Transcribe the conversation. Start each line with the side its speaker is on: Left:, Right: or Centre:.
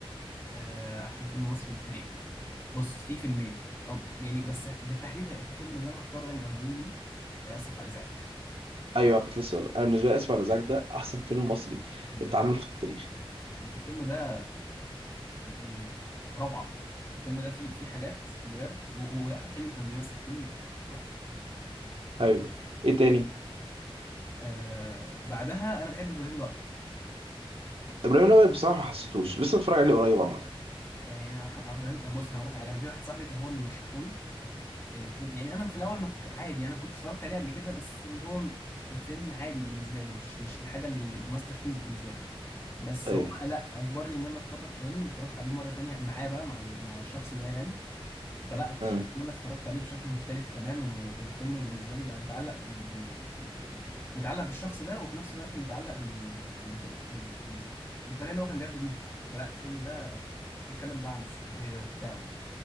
Left: آه، احسن فيلم مصري للتاريخ بص في فيلمين او يعني بس بالتحديد هيبقى في فيلم اللي انا هختاره يعني او هميل ليه آه، اسف على الازعاج
Right: ايوه كنت لسه اقول انا بالنسبه لي اسف على الازعاج ده احسن فيلم مصري
Left: لا،
Right: اتعمل في التاريخ
Left: يعني الفيلم ده يعني روعه الفيلم ده فيه فيه حاجات بجد و- واحمد حلمي كان بيمثل فيه تحفه
Right: ايوه ايه تاني
Left: آه بعدها انا بحب ابراهيم الابيض
Right: ابراهيم الابيض بصراحه ما حسيتوش لسه بتفرج عليه قريب عامه
Left: آه، يعني أنا- ابراهيم بص انا هقول لك على حاجه انا في واحد صاحبي كان هو اللي مرشحهولي الفيلم يعني انا في الاول ما ك- عادي انا كنت اتفرجت عليه قبل كده بس اللي هو الفيلم عادي بالنسبه لي مش مش الحاجه الماستر بيس بالنسبه لي بس
Right: ايوه
Left: هو لا اجبرني ان انا اتفرج تاني واتفرجت عليه مره تانية معاه بقى مع ال- مع الشخص ده يعني فلا اكتشفت
Right: امم
Left: ان انا اتفرجت عليه بشكل مختلف تماما والفيلم بالنسبه لي بقى متعلق بال بال- يعني متعلق بالشخص ده وفي نفس الوقت متعلق بال... بال... بال... بال... بال... بالطريقه اللي هو كان بياخده بيها فلا الفيلم ده بيتكلم بقى عن الصحوبيه وبتاعه